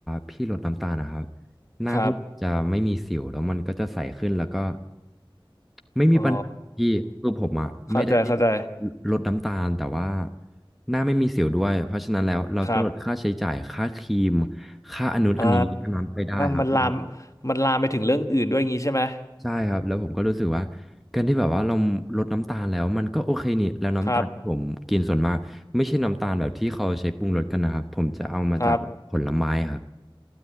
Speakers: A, in the centre; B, on the left.
A: พี่ลดน้ำตาลนะครับหน้าพี่จะไม่มีสิวแล้วมันก็จะใสขึ้นแล้วก็
B: ครับ
A: ไม่มีปัญหาที่คือผมอะไม่ได้
B: อ๋อเข้าใจเข้าใจ
A: ลดน้ำตาลแต่ว่าหน้าไม่มีสิวด้วยเพราะฉะนั้นแล้วเราก็ลดค่าใช้จ่ายค่าครีม
B: ครับ
A: ค่าอันนู้นอันนี้อันนั้นไปได้ครับมัน
B: อ่ามันลามมันลามไปถึงเรื่องอื่นด้วยงี้ใช่ไหม
A: ใช่ครับแล้วผมก็รู้สึกว่าการที่แบบว่าเราลดน้ำตาลแล้วมันก็โอเคนี่แล้วน้ำตาลที่ผมกินส่วนมากไม่ใช่น้ำตาลแบบที่เขาใช้ปรุงรสกันนะครับผมจะเอามาจากแบบผลไม้ครับ
B: ครับครับ